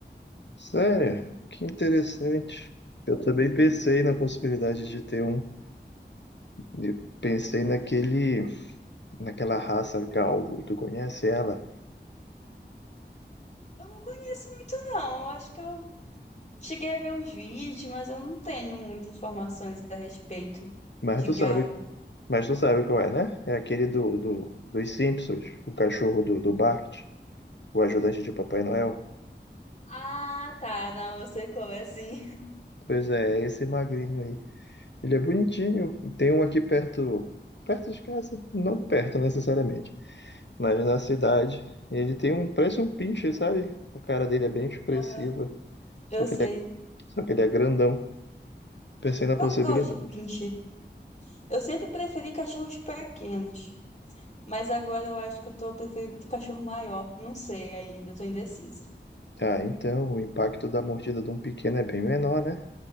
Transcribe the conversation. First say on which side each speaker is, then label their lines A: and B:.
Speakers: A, on the left (about 70°); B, on the left (about 40°).
A: Sério? Que interessante. Eu também pensei na possibilidade de ter um. E Pensei naquele, naquela raça galvo. Tu conhece ela?
B: Eu não conheço muito, não. Eu acho que eu cheguei a ver uns vídeos, mas eu não tenho muitas informações a respeito
A: Mas
B: de
A: tu
B: galgo.
A: sabe, mas tu sabe qual é, né? É aquele do, do, dos Simpsons, o cachorro do, do Bart, o ajudante de Papai Noel.
B: Ah, tá. Não, eu sei qual é, sim. <laughs>
A: Pois é, é esse magrinho aí. Ele é bonitinho. Tem um aqui perto, perto de casa, não perto necessariamente, mas na cidade. Ele tem um, parece um pinche, sabe? A cara dele é bem expressiva,
B: Aham, eu
A: só que
B: sei.
A: ele é, só que ele é grandão. Pensei na possibilidade.
B: Eu gosto de pincher. Eu sempre preferi cachorros pequenos. Mas agora eu acho que eu tô preferindo o cachorro maior. Não sei ainda, eu tô indecisa.
A: Ah, então o impacto da mordida de um pequeno é bem menor, né?